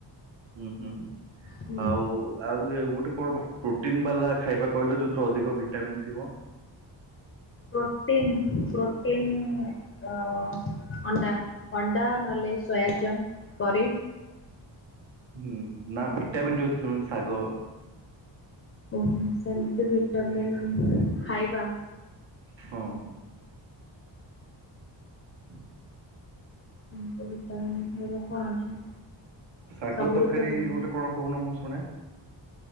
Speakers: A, on the right (about 75°); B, on the left (about 30°).
A: ହୁଁ ହୁଁ
B: ହୁଁ
A: ଆଉ ଆଉ ଗୋଟେ କଣ ପ୍ରୋଟିନ୍ ବାଲା ଖାଇବା କହିଲ ଯୋଉଥିରେ ଅଧିକ ଭିଟାମିନ୍ ଥିବ।
B: Protein protein. ଅ ଅଣ୍ଡା ଅଣ୍ଡା ନଲେ ସୋୟାଚଙ୍କ କରେ।
A: ହୁଁ ନା ଭିଟାମିନ୍ ଯୋଉ ସେମାନେ ଶାଗ।
B: ଓହୋ ସେମିତି ଭିଟାମିନ୍ ଖାଇବା।
A: ହଁ। ହ
B: ଏମିତି ଗୁଟା ଆଣି ଖାଇବା କଣ ଅଛି।
A: ଶାଗ
B: ସବୁରୁ
A: ତରକାରୀ
B: ତ ଭିଟାମିନ୍
A: ଗୋଟେ କଣ କହୁନ ମୁଁ ଶୁଣେ।